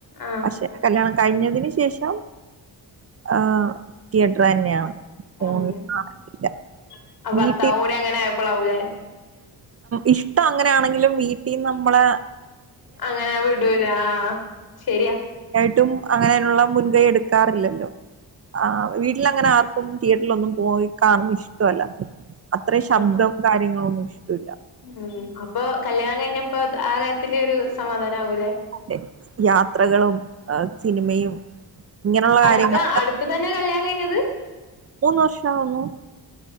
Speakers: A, on the left; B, on the right.
A: ആഹ്
B: പക്ഷെ കല്യാണം കഴിഞ്ഞ തിനു ശേഷം ആ തിയറ്റർ തന്നെയാണ് ഫോണിൽ
A: മ്ഹ്
B: കാണലില്ല
A: ഭർത്താവും
B: വീട്ടിൽ
A: കൂടി അങ്ങനെ ആയപ്പോളാവൂലേ
B: ഇഷ്ടം അങ്ങനാണെങ്കിലും വീട്ടിന് നമ്മള്
A: അങ്ങനെ വിടൂല ആഹ് ശെരിയാ
B: ട്ടും അങ്ങനെയുള്ള മുൻകൈ എടുക്കാറില്ലല്ലോ ആഹ് വീട്ടിലങ്ങനെ ആർക്കും തിയറ്ററിലൊന്നും പോയി കാണുന്നെ ഇഷ്ടല്ല അത്രയും ശബ്ദം
A: അപ്പൊ
B: കാര്യങ്ങളൊന്നും <inaudible>
A: ഉം അപ്പൊ കല്യാണം കഴിഞ്ഞപ്പോ ആ കാര്യത്തിലൊരു സമാധാനം ആവൂലെ
B: അതെയാത്രകളും ആ സിനിമയും ഇങ്ങനെയുള്ള
A: അടുത്ത
B: കാര്യങ്ങൾ
A: അടുത്ത് തന്നെ കല്യാണംകഴി ഞ്ഞത്
B: മൂന്ന് വർഷാവുന്നു